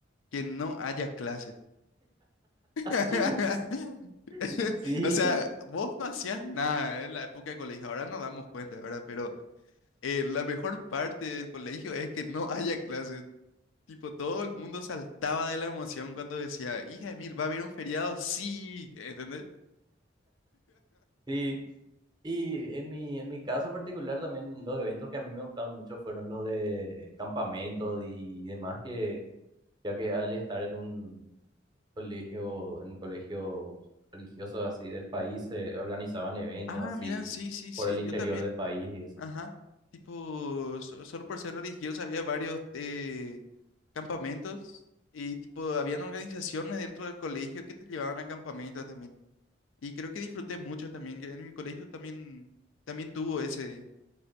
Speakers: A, on the left (about 85°); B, on the right (about 20°).
A: que no haya clases. <laughs>
B: <laughs> Sí,
A: O sea, vos no hacías nada en la época de colegio, ahora nos damos cuenta, ¿verdad? Pero eh, la mejor parte del colegio es que no haya clases. Tipo, todo el mundo saltaba de la emoción cuando decía, hija de mil, ¿va a haber un feriado? Sí, ¿entendés?
B: sí. Y en mi, en mi caso particular también los eventos que a mí me gustaban mucho fueron los de campamentos y demás, que ya que al estar en un colegio, en colegios religiosos así del país, se organizaban eventos
A: Ah,
B: así
A: mira, sí, sí, sí,
B: por el interior
A: yo también,
B: del país y eso.
A: ajá. Tipo, so- solo por ser religioso había varios eh, campamentos y tipo, habían organizaciones dentro del colegio que te llevaban a campamentos también. Y creo que disfruté mucho también, que en mi colegio también, también tuvo ese,